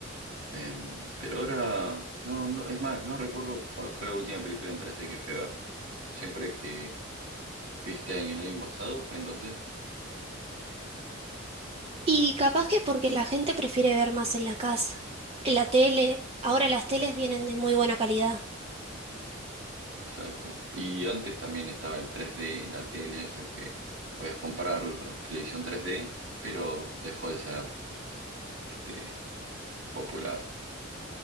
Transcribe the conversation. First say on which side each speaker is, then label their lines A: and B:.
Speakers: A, on the right; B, on the right.
A: Eh, pero ahora, no, no, es más, no recuerdo cuál fue la última película en 3D que fui a ver. Siempre que fui este año, el año pasado, fue en 2D,
B: Y capaz que porque la gente prefiere ver más en la casa, en la tele. Ahora las teles vienen de muy buena calidad.
A: exacto. Y antes también estaba el 3D en la tele, o sea que podías comprar la televisión 3D, pero dejó de ser este, popular.